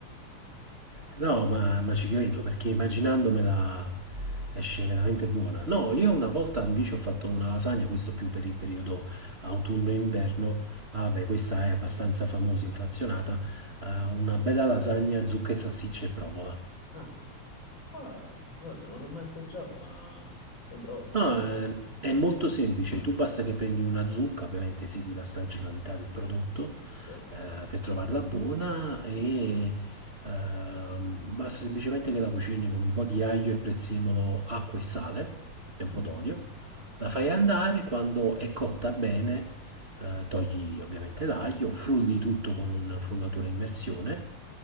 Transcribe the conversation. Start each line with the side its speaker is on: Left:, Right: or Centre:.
Right: No, ma, ma ci credo perché immaginandomela esce veramente buona. No, io una volta invece ho fatto una lasagna, questo più per il periodo autunno-inverno. ma Vabbè, questa è abbastanza famosa, inflazionata. eh, una bella lasagna, zucca e salsiccia e provola.
Left: Ah, ah, guarda, non l'ho mai assaggiata, ma sembra ottima.
Right: No, è, è molto semplice, tu basta che prendi una zucca, ovviamente segui la stagionalità del prodotto
Left: Sì,
Right: eh, per trovarla buona e ehm, basta semplicemente che la cucini con un po' di aglio e prezzemolo, acqua e sale e un
Left: Mm,
Right: po' d'olio, la fai andare, quando è cotta bene eh, togli ovviamente l'aglio, frulli tutto con un frullatore a immersione